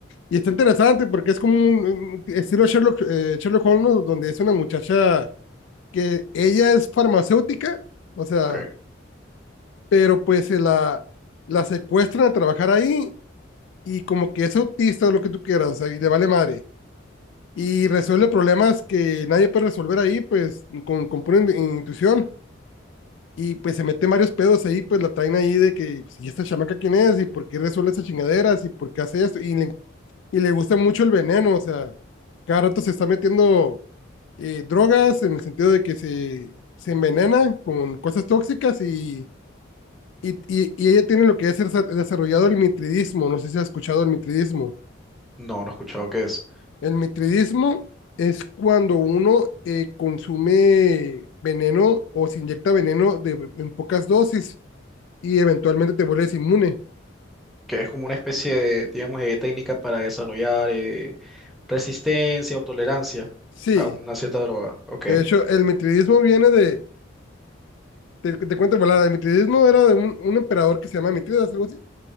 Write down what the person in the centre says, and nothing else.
Ok.
No, no he escuchado qué es.
Que es como una especie de, digamos, de técnica para desarrollar eh, resistencia o tolerancia
a una cierta droga. Ok.